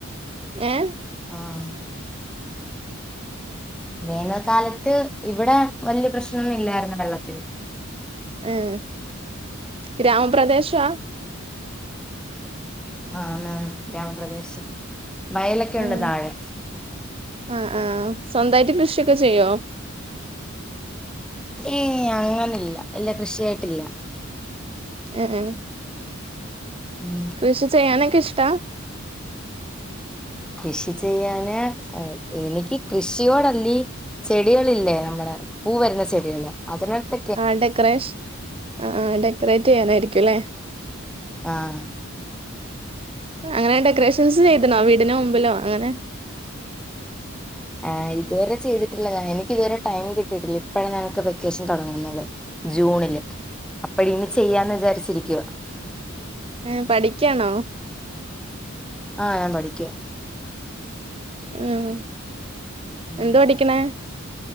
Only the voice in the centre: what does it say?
ആഹ് വേനൽ കാലത്ത് ഇവിടെ വല്യ പ്രശ്നവൊന്നു ഇല്ലായിരുന്നു വെള്ളത്തിന്
ആന്നാന്ന് ഗ്രാമപ്രദേശം വയലൊക്കെ
ഒണ്ട് താഴെ
ഏഹ് അങ്ങനെല്ലാ ഇല്ലാ കൃഷിയായിട്ടില്ലാ
ഉം
കൃഷി ചെയ്യാന് എനിക്ക് കൃഷിയോടല്ലീ ചെടികളില്ലേ നമ്മള പൂ വരുന്ന ചെടികള് അതിനോടുത്ത
ആഹ്
ആ ഇതുവരെ ചെയ്തിട്ടില്ല ഞാൻ എനിക്ക് ഇതുവരെ ടൈം കിട്ടിയിട്ടില്ല ഇപ്പോഴാണ് ഞങ്ങൾക്ക് വെക്കേഷൻ തുടങ്ങുന്നത് ജൂണില് അപ്പ ഇനി ചെയ്യാന്ന് വിചാരിച്ചിരിക്കുവ
ആഹ് ഞാൻ പഠിക്കാ
ഉം